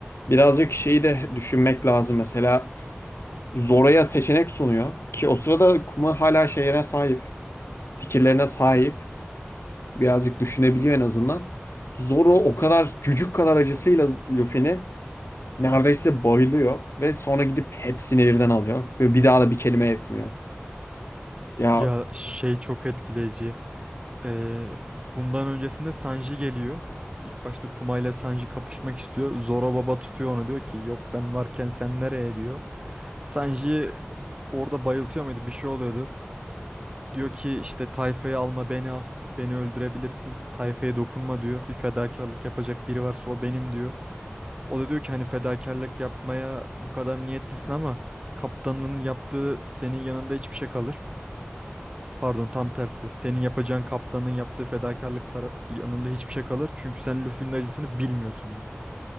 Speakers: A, on the left; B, on the right.
A: birazcık şeyi de düşünmek lazım. Mesela Zoro'ya seçenek sunuyor ki o sırada Kuma hala şeyine sahip, fikirlerine sahip. Birazcık düşünebiliyor en azından. Zoro o kadar cücük kadar acısıyla Luffy'ni neredeyse bayılıyor ve sonra gidip hepsini birden alıyor ve bir daha da bir kelime etmiyor. Ya
B: Ya şey çok etkileyici. Ee, bundan öncesinde Sanji geliyor. İlk başta Kuma ile Sanji kapışmak istiyor. Zoro Baba tutuyor onu diyor ki yok ben varken sen nereye diyor. Sanji orada bayıltıyor muydu bir şey oluyordu. Diyor ki işte tayfayı alma beni al. Beni öldürebilirsin. Tayfaya dokunma diyor. Bir fedakarlık yapacak biri varsa o benim diyor. O da diyor ki hani fedakarlık yapmaya bu kadar niyetlisin ama kaptanın yaptığı senin yanında hiçbir şey kalır. Pardon tam tersi. Senin yapacağın kaptanın yaptığı fedakarlık tara- yanında hiçbir şey kalır. Çünkü sen Luffy'nin acısını bilmiyorsun diyor.